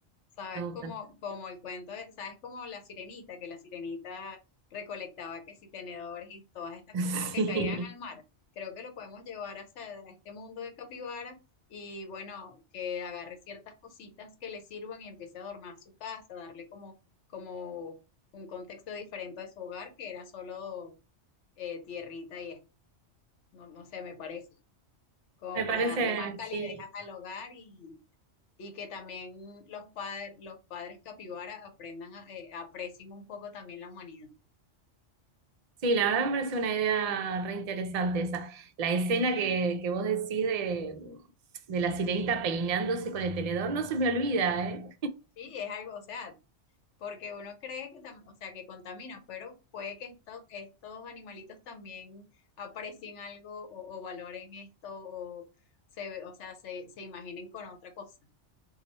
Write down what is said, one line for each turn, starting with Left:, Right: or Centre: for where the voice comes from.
Left: Sabes
Right: me gusta.
Left: como, como el cuento de, sabes como la sirenita, que la sirenita recolectaba que si tenedores y todas estas
Right: <laughs>
Left: cositas que
Right: Sí,
Left: caían al mar. Creo que lo podemos llevar hacia a este mundo de capibara y bueno, que agarre ciertas cositas que le sirvan y empiece a adornar su casa, darle como, como un contexto diferente a su hogar, que era solo eh, tierrita y esto. No, no sé, me parece, como
Right: me parece,
Left: para darle más calidez
Right: sí.
Left: a- al hogar y que también los, pa- los padres capibara aprendan, a- eh, aprecien un poco también la humanidad.
Right: Sí, la verdad me parece una idea re interesante esa. La escena que, que vos decís de, de la sirenita peinándose con el tenedor no se me olvida, ¿eh?
Left: Sí, es algo, o sea, porque uno cree que, tam- o sea, que contamina, pero puede que esto- estos animalitos también aprecien algo o, o valoren esto o, se, ve- o sea, se, se imaginen con otra cosa,